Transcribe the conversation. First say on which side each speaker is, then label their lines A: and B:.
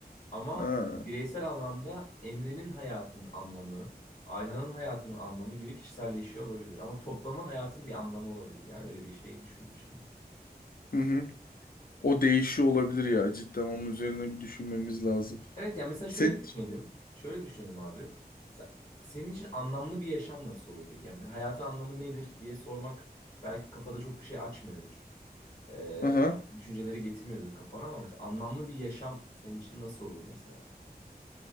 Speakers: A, on the left; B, on the left.
A: Ama
B: ha.
A: bireysel anlamda Emre'nin hayatının anlamı, Ayhan'ın hayatının anlamı gibi kişiselleşiyor olabilir. Ama toplamı hayatın bir anlamı olabilir. Yani öyle bir şey düşündüm şimdi.
B: Hı hı. O değişiyor olabilir ya. Cidden onun üzerine bir düşünmemiz lazım.
A: Evet yani mesela
B: sen
A: şöyle düşünelim. Şöyle düşünelim abi. Mesela senin için anlamlı bir yaşam nasıl olur peki? Yani hayatın anlamı nedir diye sormak belki kafada çok bir şey açmıyordur. Ee,
B: aha.
A: düşünceleri getirmiyordur kafana ama mesela anlamlı bir yaşam senin için nasıl olur mesela?